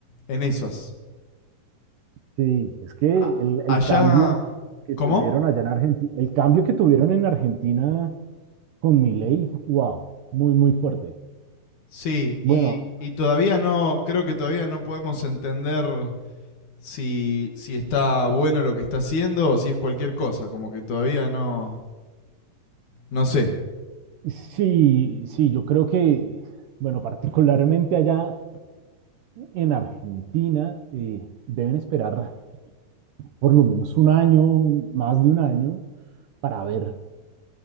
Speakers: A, on the left; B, on the right.
A: en esas.
B: sí, es que
A: a-
B: el,
A: allá...
B: el cambio que, que
A: ¿Cómo?
B: tuvieron allá en Argentina, el cambio que tuvieron en Argentina con Milei, wow, muy, muy fuerte.
A: Sí,
B: Bueno,
A: y, y todavía no, creo que todavía no podemos entender si, si está bueno lo que está haciendo o si es cualquier cosa, como que todavía no, no sé.
B: sí, sí, yo creo que, bueno, particularmente allá en Argentina, eh, deben esperar por lo menos un año, más de un año, para ver